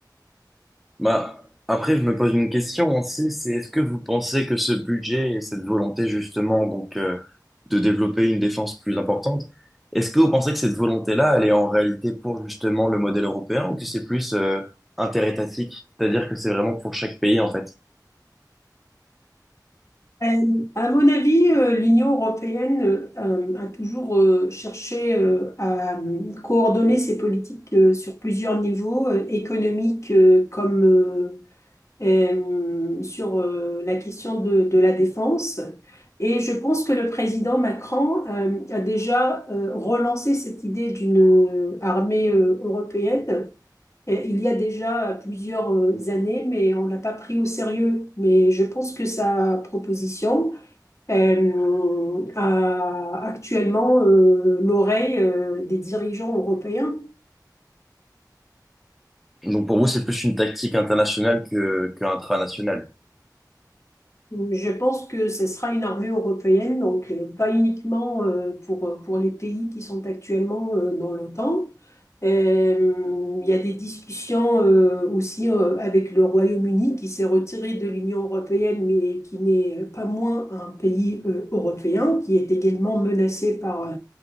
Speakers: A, in the centre; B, on the left.
A: Bah, après, je me pose une question aussi, c'est est-ce que vous pensez que ce budget et cette volonté justement donc euh, de développer une défense plus importante, est-ce que vous pensez que cette volonté-là, elle est en réalité pour justement le modèle européen ou que c'est plus euh, interétatique, c'est-à-dire que c'est vraiment pour chaque pays en fait?
B: Euh, À mon avis, euh, l'Union européenne euh, euh, a toujours euh, cherché euh, à euh, coordonner ses politiques euh, sur plusieurs niveaux, euh, économiques euh, comme euh, euh, sur euh, la question de, de la défense. Et je pense que le président Macron euh, a déjà euh, relancé cette idée d'une euh, armée euh, européenne. Et Il y a déjà plusieurs euh, années, mais on ne l'a pas pris au sérieux. Mais je pense que sa proposition, euh, a actuellement euh, l'oreille euh, des dirigeants européens.
A: Donc pour vous, c'est plus une tactique internationale que, que intranationale.
B: Je pense que ce sera une armée européenne, donc euh, pas uniquement euh, pour, euh, pour les pays qui sont actuellement euh, dans l'OTAN. Euh, il y a des discussions euh, aussi euh, avec le Royaume-Uni qui s'est retiré de l'Union européenne, mais qui n'est pas moins un pays euh, européen, qui est également menacé par euh,